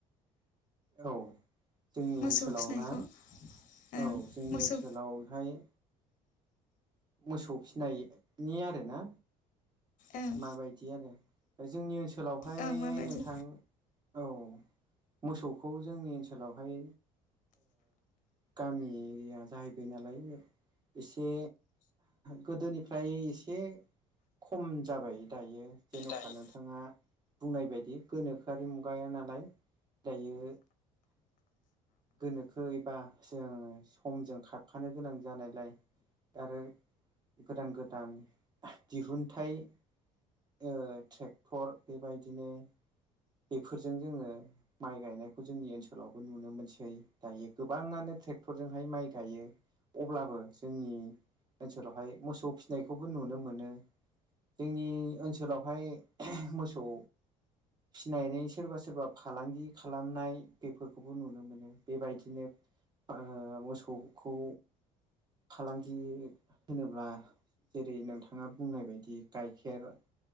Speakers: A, on the right; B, on the left.
A: औ जोंनि
B: मोसौ
A: ओनसोलाव
B: फिसिनायखौ
A: ना
B: ओं
A: औ जोंनि
B: मोसौ
A: ओनसोलावहाय मोसौ फिसिनायनि आरोना
B: ओं
A: माबायदि आरो जोंनि ओनसोलावहाय
B: ओं माबायदि
A: नोंथां औ मोसौखौ जोंनि ओनसोलावहाय गामि एरिया जाहैबाय नालाय एसे गोदोनिफ्राय एसे खम जाबाय दायो जेन'खा
B: दायो
A: नोंथाङा बुंनाय बायदि गोनोखोआरि मुगाया नालाय दायो गोनोखो एबा जों समजों खारफानो गोनां जानायलाय आरो गोदान गोदान दिहुनथाइ ट्रेक्टर बेबायदिनो बेफोरजों जोङो माइ गायनायखौ जोंनि ओनसोलावबो नुनो मोनसै दायो गोबाङानो ट्रेक्टरजोंहाय माइ गायो अब्लाबो जोंनि ओनसोलावहाय मोसौ फिसिनायखौबो नुनो मोनो जोंनि ओनसोलावहाय मोसौ फिसिनानै सोरबा सोरबा फालांगि खालामनाय बेफोरखौबो नुनो मोनो बेबायदिनो ओ मोसौखौ फालांगि होनोब्ला जेरै नोंथाङा बुंनाय बायदि गाइखेर